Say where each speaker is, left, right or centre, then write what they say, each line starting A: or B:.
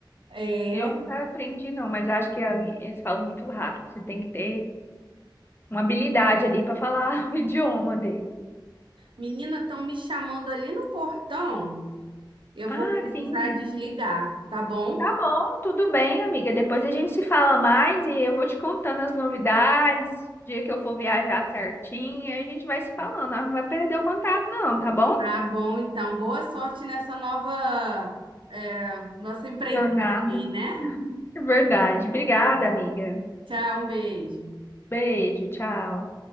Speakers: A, on the right; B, on the left.
A: é,
B: Eu
A: é,
B: nunca aprendi, não, mas eu acho que ali eles falam muito rápido. Você tem que ter uma habilidade ali para falar <laughs> o idioma dele.
A: menina, estão me chamando ali no portão. Eu
B: Ah,
A: vou precisar
B: sim.
A: desligar, tá bom?
B: Tá bom, tudo bem, amiga. Depois a gente se fala mais e eu vou te contando as novidades. O dia que eu for viajar certinho, aí a gente vai se falando. Nós Não vai perder o contato, não, tá bom?
A: Tá bom, então. Boa sorte nessa nova, é, nossa empreitada
B: Jornada.
A: aí, né?
B: É verdade. Obrigada, amiga.
A: Tchau, um beijo.
B: Beijo, tchau.